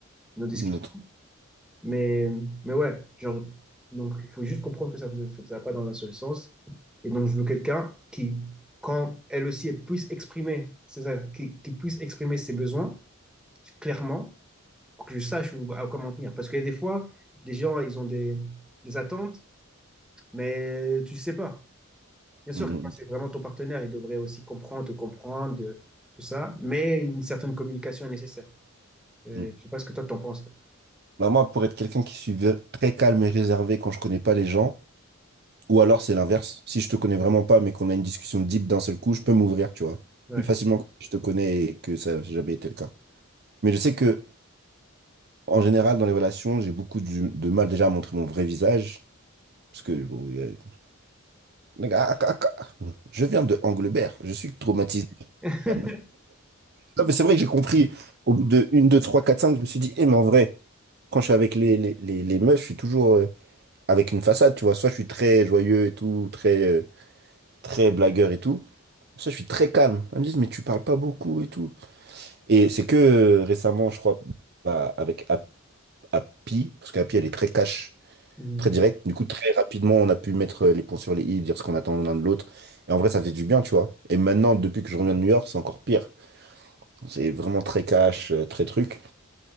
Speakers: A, in the centre; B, on the right (about 50°).
A: nos discussions.
B: une autre.
A: Mais, mais ouais, genre, donc il faut juste comprendre que ça ne va pas dans un seul sens. Et donc, je veux quelqu'un qui, quand elle aussi, elle puisse exprimer, c'est ça, qui, qui puisse exprimer ses besoins clairement pour que je sache où, à quoi m'en tenir. Parce que des fois, des gens, ils ont des, des attentes, mais tu ne sais pas. Bien sûr
B: mm, mm,
A: que quand c'est vraiment ton partenaire, il devrait aussi comprendre, te comprendre, euh, tout ça, mais une certaine communication est nécessaire. Euh,
B: mm.
A: je ne sais pas ce que toi, t'en penses. toi.
B: Bah, moi, pour être quelqu'un qui suis ver- très calme et réservé quand je connais pas les gens, ou alors c'est l'inverse. Si je te connais vraiment pas, mais qu'on a une discussion deep d'un seul coup, je peux m'ouvrir, tu vois.
A: Ouais.
B: Plus facilement que si je te connais et que ça n'a jamais été le cas. Mais je sais que, en général, dans les relations, j'ai beaucoup du- de mal déjà à montrer mon vrai visage. Parce que, bon, euh, mec, ah, ah, ah, ah. je viens de Anglebert, je suis traumatisé.
A: <laughs>
B: <laughs> Non, mais c'est vrai que j'ai compris. Au bout de 1, 2 3 4 cinq je me suis dit, eh, mais en vrai, quand je suis avec les, les, les, les meufs, je suis toujours euh, avec une façade, tu vois. Soit je suis très joyeux et tout, très, euh, très blagueur et tout. Soit je suis très calme. Elles me disent, mais tu parles pas beaucoup et tout. Et c'est que euh, récemment, je crois, bah, avec Ap- Happy, parce qu'Happy, elle est très cash,
A: Mhm.
B: très directe. Du coup, très rapidement, on a pu mettre euh, les ponts sur les i, dire ce qu'on attend l'un de l'autre. Et en vrai, ça fait du bien, tu vois. Et maintenant, depuis que je reviens de New York, c'est encore pire. C'est vraiment très cash, euh, très truc,